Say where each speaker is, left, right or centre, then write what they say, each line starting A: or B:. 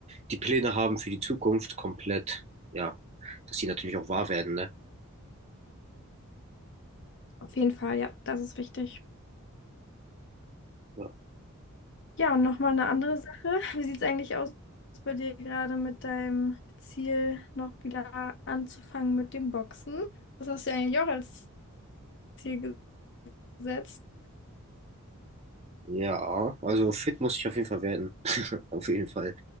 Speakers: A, on the right; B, on the left.
A: die Pläne haben für die Zukunft komplett, ja, dass die natürlich auch wahr werden, ne?
B: auf jeden Fall, ja, das ist wichtig.
A: Ja,
B: Ja, und nochmal eine andere Sache. Wie sieht es eigentlich aus bei dir gerade mit deinem Ziel, noch wieder anzufangen mit dem Boxen? Das hast du ja eigentlich auch als Ziel gesetzt.
A: Ja, also fit muss ich auf jeden Fall werden. <laughs> Auf jeden Fall.